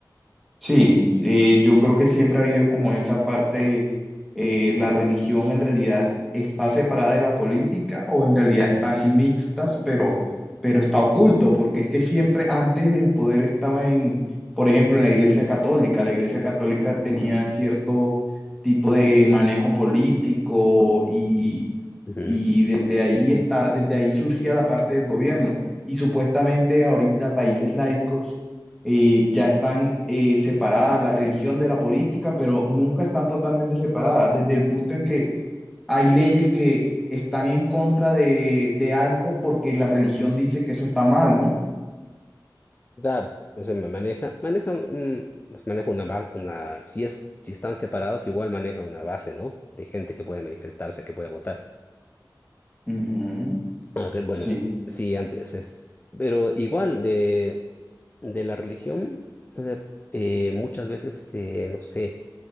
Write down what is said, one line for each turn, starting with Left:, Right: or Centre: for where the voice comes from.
Centre: Sí, eh, yo creo que siempre ha habido como esa parte, eh, la religión en realidad está separada de la política o en realidad están mixtas, pero, pero está oculto, porque es que siempre antes el poder estaba en, por ejemplo, en la Iglesia Católica. La Iglesia Católica tenía cierto tipo de manejo político y,
Left: Ujú.
Centre: y desde ahí está, desde ahí surgía la parte del gobierno. Y supuestamente ahorita países laicos eh, ya están eh, separadas la religión de la política, pero nunca están totalmente separadas, desde el punto en que hay leyes que están en contra de, de algo porque la religión dice que eso está mal, ¿no?
Left: Claro, o sea, ma- maneja, maneja, mm, maneja una, base una, si es, si están separados, igual maneja una base, ¿no? De gente que puede manifestarse, que puede votar.
Centre: Ujú,
Left: Aunque, bueno,
Centre: Sí.
Left: sí, antes es, pero igual de de la religión, o sea, eh, muchas veces, eh, no sé,